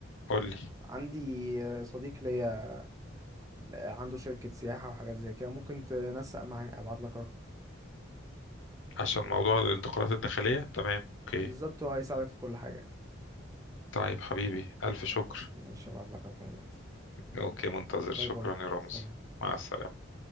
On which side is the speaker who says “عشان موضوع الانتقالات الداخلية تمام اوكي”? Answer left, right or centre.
Left